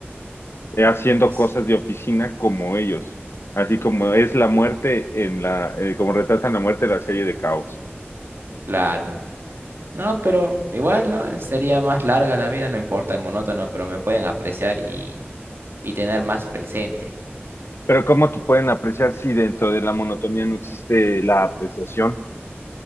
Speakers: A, on the left; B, on the right.
A: eh, haciendo
B: Pues,
A: cosas de oficina como ellos, así como es la muerte en la, eh, como retratan la muerte en la serie de Caos.
B: claro. No, pero igual, ¿no? Sería más larga la vida, no importa, monótono, pero me pueden apreciar y, y tener más presente.
A: Pero ¿cómo te pueden apreciar si dentro de la monotonía no existe la apreciación?